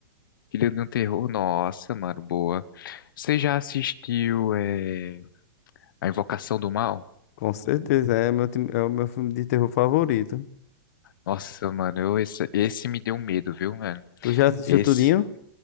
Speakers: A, on the left; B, on the left.
A: Filho de um terror? Nossa, mano, boa. Você já assistiu eh, A Invocação do Mal?
B: Com certeza, é meu, time- é o meu filme de terror favorito.
A: Nossa, mano, eu- esse, esse me deu medo, viu, mano?
B: Tu já assistiu
A: Esse.
B: tudinho?